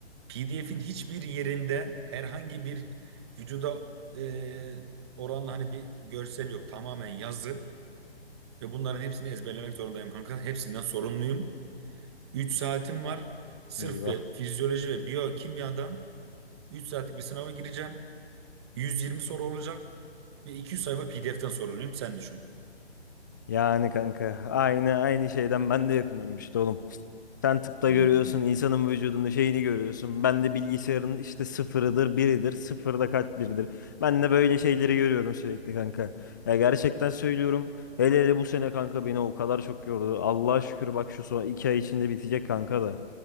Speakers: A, on the right; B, on the left.
A: PDF'in hiçbir yerinde herhangi bir vücuda e, oranla hani bir görsel yok. Tamamen yazı ve bunların hepsini ezberlemek zorundayım kanka. Hepsinden sorumluyum. 3 saatim var. Sırf
B: Eyvah.
A: ve fizyoloji ve biyokimyadan 3 saatlik bir sınava gireceğim. 120 soru olacak. Bir 200 sayfa PDF'ten soruluyum sen düşün.
B: Yani kanka aynı aynı şeyden ben de yakınıyorum işte oğlum. Sen tıpta
A: Anladım.
B: görüyorsun insanın vücudunda şeyini görüyorsun. Ben de bilgisayarın işte sıfırıdır biridir sıfırda kaç biridir. Ben de böyle şeyleri görüyorum sürekli kanka. Ya gerçekten söylüyorum. Hele hele bu sene kanka beni o kadar çok yordu. Allah'a şükür bak şu son iki ay içinde bitecek kanka da.